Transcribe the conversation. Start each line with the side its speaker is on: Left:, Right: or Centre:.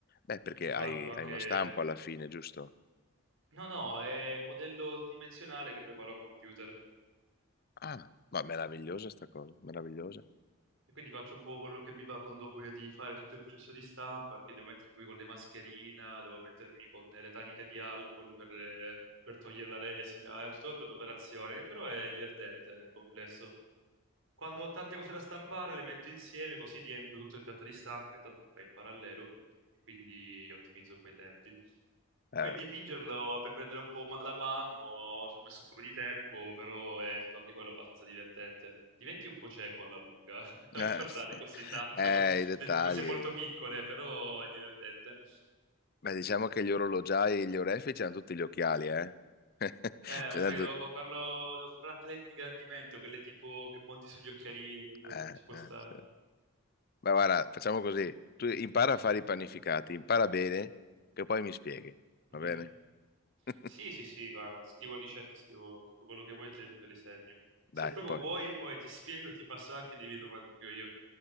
Left: beh, perché
Right: Si fa
Left: hai,
Right: anche...
Left: hai uno stampo alla fine, giusto?
Right: No, no, è modello dimensionale che preparo a computer.
Left: Ah, ma meravigliosa sta cosa, meravigliosa.
Right: E quindi faccio un po' quello che mi va quando ho voglia di fare tutto il processo di stampa, perché devo mettermi poi con le mascherine, devo mettermi con le taniche di alcol per, per togliere la resina, è tutta un'operazione che però è divertente nel complesso. Quando ho tante cose da stampare, le metto insieme, così riempio tutto il piatto di stampa, che tanto si fa in parallelo, e quindi ottimizzo un po' i tempi.
Left: Eh,
Right: Poi dipingerlo per prendere un po' ma- la mano, ci ho messo un po' di tempo, però è stato anche quello abbastanza divertente. Diventi un po' cieco alla lunga, <laughs> a
Left: eh.
Right: guardare così tanto,
Left: Eh, i dettagli.
Right: de- cose molto piccole, però è divertente.
Left: Beh, diciamo che gli orologiai e gli orefici hanno tutti gli occhiali, eh. <laughs>
Right: Eh,
Left: Ce
Right: mi sa
Left: l'hanno
Right: che devo
Left: tutti.
Right: comprarlo, devo comprare anche lenti di ingrandimento, quelle tipo che monti sugli occhialini, credo,
Left: Eh,
Right: ci può
Left: eh,
Right: stare.
Left: sì. Ma guarda, facciamo così. Tu impara a fare i panificati, impara bene, che poi mi spieghi.
Right: Mhm.
Left: Va bene? <laughs>
Right: Sì, sì, sì, guarda, scrivo ricette, scrivo tutto quello che vuoi, te, te le segno. Se
Left: Dai,
Right: proprio
Left: poi.
Right: vuoi, poi ti spiego e ti passo anche il lievito madre che ho io.